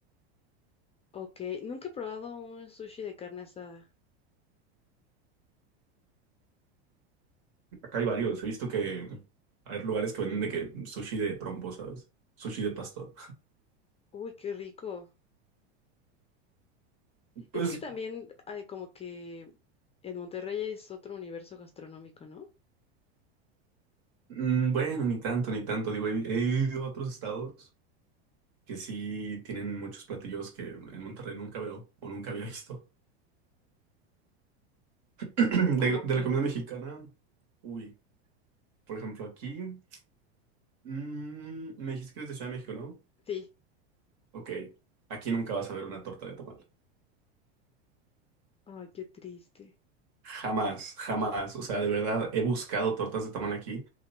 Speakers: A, on the left (about 20°); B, on the right (about 55°).
A: Ok, nunca he probado un sushi de carne asada.
B: Acá hay varios, he visto que hay lugares que venden de que sushi de trompo, ¿sabes? Sushi de pastor.
A: Uy, qué rico.
B: Pues
A: Es que también hay como que en Monterrey es otro universo gastronómico, ¿no?
B: mm, bueno, ni tanto, ni tanto. Digo, he, he ido a otros estados que sí tienen muchos platillos que en Monterrey nunca veo o nunca había visto. <clears throat>
A: ¿Cómo
B: De, de
A: qué?
B: la comida mexicana, uy, por ejemplo, aquí, mm, me dijiste que eres de Ciudad de México, ¿no?
A: Sí.
B: Ok, aquí nunca vas a ver una torta de tamal.
A: Ay, qué triste.
B: Jamás, jamás. O sea, de verdad, he buscado tortas de tamal aquí.